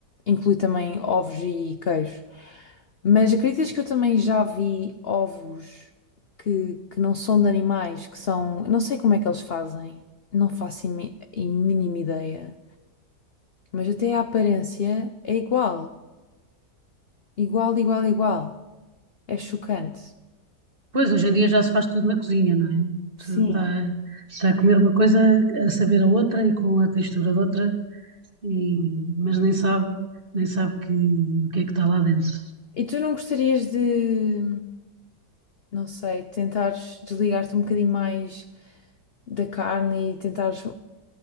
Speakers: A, on the left (about 55°); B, on the right (about 35°).
A: inclui também ovos e queijo, mas acreditas que eu também já vi ovos que, que não são de animais, que são, não sei como é que eles fazem, não faço imi- a mínima ideia, mas até a aparência é igual, igual, igual, igual, é chocante.
B: Pois, hoje em dia já se faz tudo na cozinha, não é? A
A: Sim,
B: pessoa Está, está a comer uma coisa, a saber a outra e com a textura de outra, e, mas nem sabe, nem sabe que, o que é que está lá dentro.
A: E tu não gostarias de, não sei, tentares desligar-te um bocadinho mais da carne e tentares